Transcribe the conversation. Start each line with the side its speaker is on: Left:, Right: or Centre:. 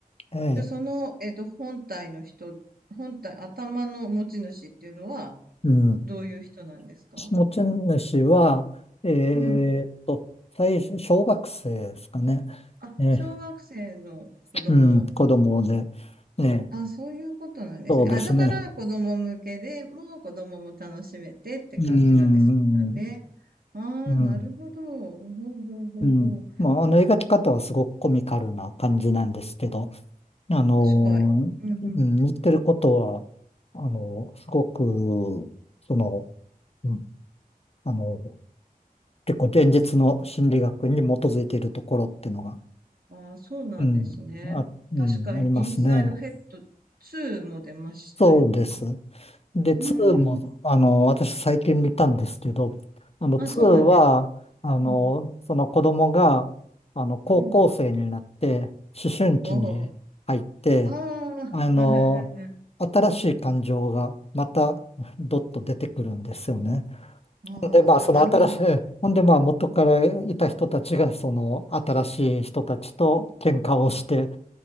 Left: ええ、
Right: で、その、えっと、本体の人、本体、頭の持ち主っていうのは、
Left: うん。
Right: どういう人なんですか
Left: 持ち主は、えーっと、
Right: うん。
Left: 最初、小学生ですかね。
Right: あ、
Left: ええ、
Right: 小学生の子供。
Left: うん、子供で、ええ、
Right: あ、そういうことなんですね。
Left: そうですね。
Right: あ、だから子供向けでもう子供も楽しめてって感じなんですかね。
Left: うん、
Right: ああ、
Left: うん、
Right: なるほど。ほうほうほうほう。
Left: うん。まあ、あの、描き方はすごくコミカルな感じなんですけど、あのうん言ってることは、
Right: 確か、うんうん。
Left: あのすごく、その、うん、あの結構現実の心理学に基づいているところっていうのが、
Right: ああ、そうなんですね。
Left: うん、あ、うん、
Right: 確か、
Left: ありますね。
Right: インサイドヘッド2も出ましたよね。
Left: そうです。で、2も、
Right: うーん。
Left: あの、私最近見たんですけど、あの、
Right: あ、
Left: 2は、
Right: そうなんですか。
Left: あの、
Right: うん。
Left: その子供が、あの、高校生になって、
Right: うん。
Left: 思春期に入って、
Right: おお。ああ、
Left: あの、
Right: <laughs> うんうんうんうん
Left: 新しい感情がまた、どっと出てくるんですよね。
Right: あーあ、
Left: で、まあ、その新しい、
Right: なるほど。
Left: ほんで、まあ、元からいた人たちが、その新しい人たちと喧嘩をして、